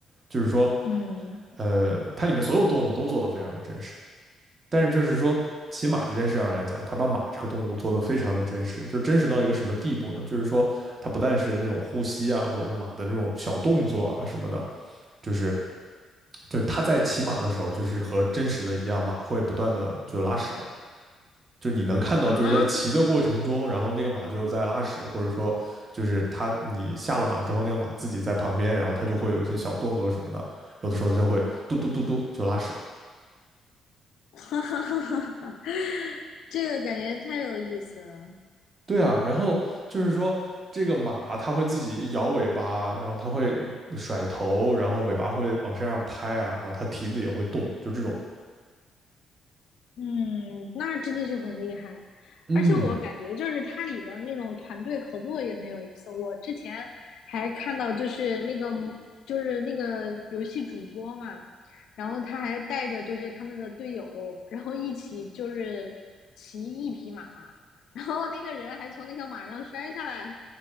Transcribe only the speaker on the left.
嗯
啊。
<laughs>
<laughs> 哈哈哈哈哈，这个感觉太有意思了。
嗯，那真的是很厉害，
而且我感觉就是它里边儿那种团队合作也很有意思。我之前还看到，就是那个就是那个游戏主播嘛，然后他还带着就是他们的队友，然后一起就是骑一匹马，然后那个人还从那个马上摔下来了。